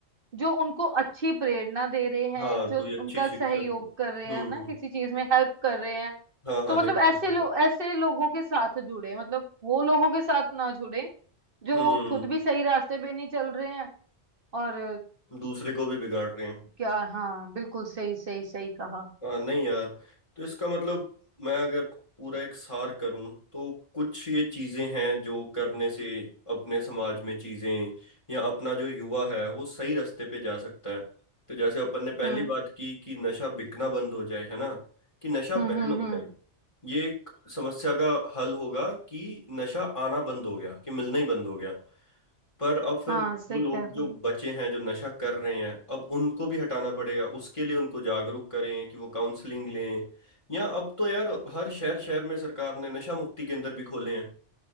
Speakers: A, on the right; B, on the left.
A: जो उनको अच्छी प्रेरणा दे रहे
B: हाँ
A: हैं जो
B: कोई अच्छी
A: उनका
B: शिक्षक
A: सहयोग
B: हो हम्म
A: कर रहे हैं ना
B: हम्म।
A: किसी चीज में हेल्प कर रहे हैं
B: हाँ हाँ
A: तो
B: नहीं
A: मतलब
B: सही
A: ऐसे
B: बात
A: लोग
B: है
A: ऐसे लोगों के साथ जुड़े मतलब वो लोगों के साथ ना जुड़े जो
B: हम्म
A: खुद भी सही रास्ते पे नहीं चल रहे हैं और
B: दूसरे को भी बिगाड़ रहे हैं
A: क्या हाँ बिल्कुल सही सही सही कहा
B: हाँ नहीं यार तो इसका मतलब मैं अगर पूरा एक सार करूं तो कुछ ये चीजें हैं जो करने से अपने समाज में चीजें या अपना जो युवा है वो सही रास्ते पे जा सकता है तो जैसे अपन ने पहली
A: हम्म
B: बात की कि नशा बिकना बंद हो जाए है ना कि नशा
A: हम्म
B: बैन
A: हम्म
B: हो
A: हम्म
B: जाए ये एक समस्या का हल होगा कि नशा आना बंद हो गया कि मिलना ही बंद हो गया पर अब फिर
A: हाँ सही
B: वो लोग
A: कह रहे
B: जो
A: हो
B: बचे हैं जो नशा कर रहे हैं अब उनको भी हटाना पड़ेगा उसके लिए उनको जागरूक करें कि वो काउंसलिंग लें या अब तो यार हर शहर शहर में सरकार ने नशा मुक्ति केंद्र भी खोले हैं